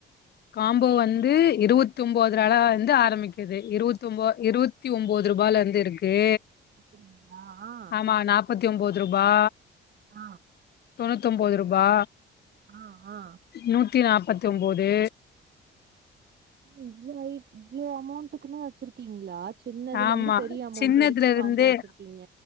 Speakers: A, on the left; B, on the right.
A: காம்போ வந்து இருவத்தி உம்போத்ரால வந்து ஆரம்பிக்கிது இருவத்தி உம்போ இருவத் தி உம்போதுருபாலந்து இருக்கு
B: அப்டிங்களா ஆ
A: ஆமா நாப்பத்தி உம்போதுருபா
B: ஆ
A: தொண்ணூத்தும்போதுருபா
B: ஆ ஆ
A: நூத்தி நாப்பத்தி உம்போது
B: இவ்ளோ ஐ இவ்வளோ அமௌண்ட்டுக்குமே வெச்சிருக்கீங்ளா சின்னதுல
A: ஆமா
B: இருந்து பெரிய அமௌண்ட்
A: சின்னதுல
B: வரைக்கு
A: இருந்தே
B: காம்போ வச்சிருக்கீங்க